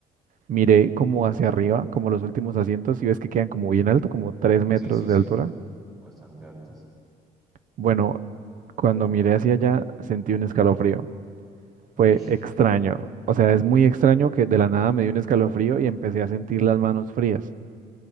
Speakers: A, on the right; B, on the right.
A: miré como hacia arriba, como los últimos asientos, y ves que quedan como bien alto, como tres metros
B: sí, sí, sí,
A: de altura.
B: bastante altos.
A: Bueno, cuando miré hacia allá sentí un escalofrío.
B: Uy,
A: Fue extraño. O sea, es muy extraño que de la nada me dio un escalofrío y empecé a sentir las manos frías.